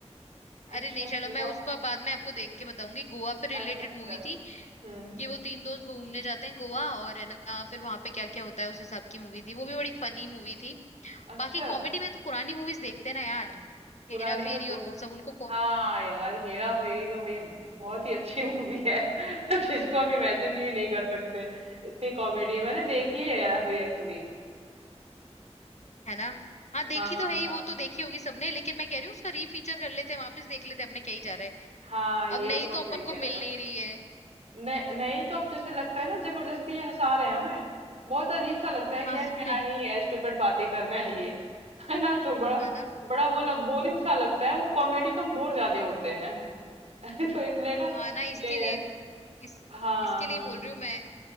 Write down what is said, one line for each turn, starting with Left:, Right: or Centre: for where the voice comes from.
Right: अच्छा
Left: अरे नहीं चलो
Right: हुआ
Left: मैं उसको अब बाद में आपको देख के बताऊंगी गोवा पे रिलेटेड
Right: अच्छा अच्छा
Left: मूवी थी
Right: हम्म
Left: कि वो तीन दोस्त घूमने जाते हैं गोवा और है ना फिर वहां पे क्या क्या होता है उस हिसाब की मूवी थी वो भी बड़ी फनी मूवी थी
Right: अच्छा
Left: बाकी कॉमेडी में तो पुरानी मूवीज देखते हैं ना यार
Right: पुराने
Left: हेरा
Right: में
Left: फेरी
Right: को-
Left: और वो सब उनको
Right: हाँ यार हेरा फेरी तो भाई बहुत ही अच्छी मूवी है <laughs> जिसको हम इमेजिन भी नहीं कर सकते इतनी कॉमेडी है मैंने देखी है हेरा फेरी एक्चुअली
Left: है ना हाँ देखी
Right: हाँ हाँ
Left: तो है ही वो तो देखी होगी सबने लेकिन मैं कह रही हूँ उसका रीफीचर कर लेते हैं वापस देख लेते हैं अपने क्या ही जा रहा है
Right: हाँ ये
Left: अब नहीं
Right: तो आप
Left: तो अपन
Right: सही
Left: को
Right: कह
Left: मिल
Right: रहे हो
Left: नहीं रही है
Right: नहीं नहीं तो अब जैसे लगता है ना जबरदस्ती ये हंसा रहे हैं हमें बहुत अजीब सा लगता है कि
Left: हाँ
Right: यार क्या
Left: <laughs>
Right: ही है स्टूपिड बातें कर रहे हैं ये <laughs> है ना तो बड़ा
Left: है ना
Right: बड़ा वो लग बोरिंग सा लगता है वो कॉमेडी कम बोर ज्यादा होते हैं <laughs> तो इसलिए ना
Left: हाँ ना इसके
Right: ये
Left: लिए इस
Right: हाँ
Left: इसके लिए
Right: हाँ
Left: बोल रही हूँ मैं